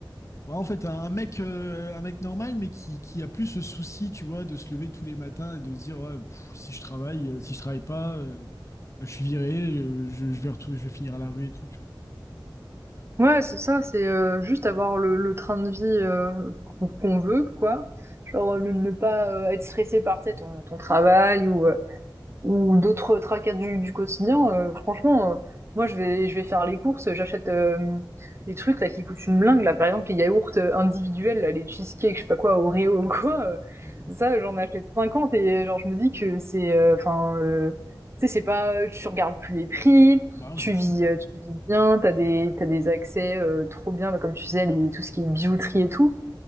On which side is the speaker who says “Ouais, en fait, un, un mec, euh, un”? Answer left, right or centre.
Left